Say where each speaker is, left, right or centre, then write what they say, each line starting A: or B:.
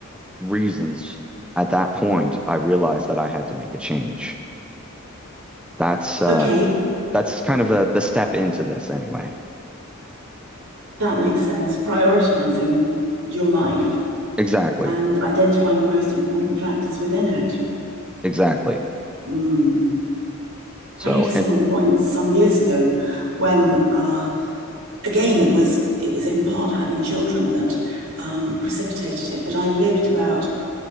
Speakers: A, in the centre; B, on the right.
A: reasons. At that point, I realized that I had to make a change. That's uh,
B: Okay.
A: that's kind of a, the step into this anyway.
B: That makes sense. Prioritizing your life
A: Exactly,
B: and identifying the most important factors within it.
A: exactly.
B: Mm.
A: So,
B: I hit a similar
A: and
B: point some years ago when, uh, again, it was it was in part having children that um, precipitated it. But I lived about